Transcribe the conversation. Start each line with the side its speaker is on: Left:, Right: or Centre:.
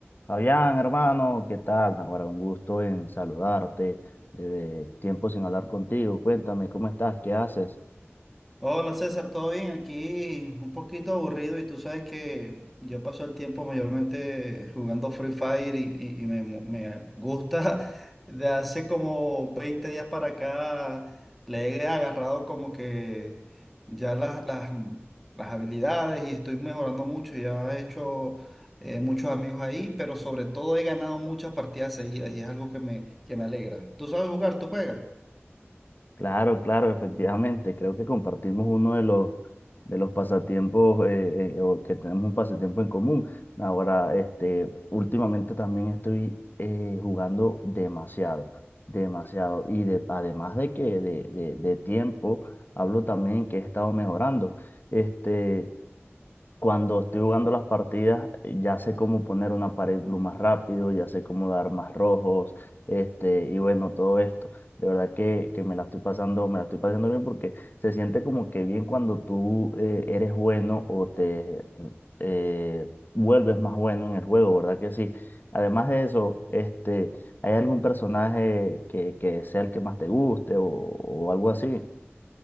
Left: Fabián, hermano, ¿qué tal? Ahora un gusto en saludarte. De tiempo sin hablar contigo. Cuéntame, ¿cómo estás? ¿Qué haces?
Centre: Hola César, ¿todo bien? Aquí un poquito aburrido y tú sabes que yo paso el tiempo mayormente jugando Free Fire y, y- y me, mu- me gusta <laughs> de hace como 20 días para acá le he agarrado como que ya las, las, las habilidades y estoy mejorando mucho, ya he hecho eh, muchos amigos ahí, pero sobre todo he ganado muchas partidas seguidas y es algo que me, que me alegra. ¿Tú sabes jugar? ¿Tú juegas?
Left: Claro, claro, efectivamente. Creo que compartimos uno de los, de los pasatiempos, eh, eh, o que tenemos un pasatiempo en común. Ahora, este, últimamente también estoy eh, jugando demasiado, demasiado. Y de, además de que de, de de tiempo, hablo también que he estado mejorando. Este. Cuando estoy jugando las partidas, eh, ya sé cómo poner una pared blue más rápido, ya sé cómo dar más rojos, este, y bueno, todo esto. De verdad que, que me la estoy pasando, me la estoy pasando bien porque se siente como que bien cuando tú eh, eres bueno o te eh, vuelves más bueno en el juego, ¿verdad que sí? Además de eso, este, ¿hay algún personaje que, que sea el que más te guste o o algo así?